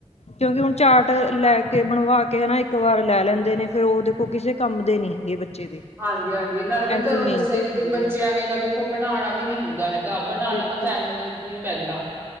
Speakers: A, on the left; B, on the right.
A: ਕਿਉਂਕਿ, ਹੁਣ ਚਾਟ ਲੈ ਕੇ ਬਣਵਾ ਕੇ ਹਨਾ, ਇੱਕ ਵਾਰ ਲੈ ਲੈਂਦੇ ਨੇ ਫੇਰ ਉਹਦੇ ਉਹ ਕਿਸੇ ਕੰਮ ਦੇ ਨੀ ਹੈਗੇ ਬੱਚੇ ਦੇ।
B: ਹਾਂਜੀ-ਹਾਂਜੀ, ਨਾਲੇ ਮੈਂ
A: ਇੰਨੀ
B: ਤੁਹਾਨੂੰ
A: ਮਿਹਨਤ
B: ਦੱਸਿਆ
A: ਵੀ
B: ਈ ਕੇ,
A: ਹੁੰਦੀ
B: ਬੱਚਿਆਂ
A: ਹੈ
B: ਨੇ ਤਾਂ ਦੇਖੋ ਬਣਾਉਣਾ ਵੀ ਨੀ ਹੁੰਦਾ ਹੈਗਾ। ਬਣਾਣਾ
A: ਬਿਲਕੁਲ
B: ਤਾਂ ਫੈਮਲੀ ਨੂੰ ਹੀ ਪੈਂਦਾ,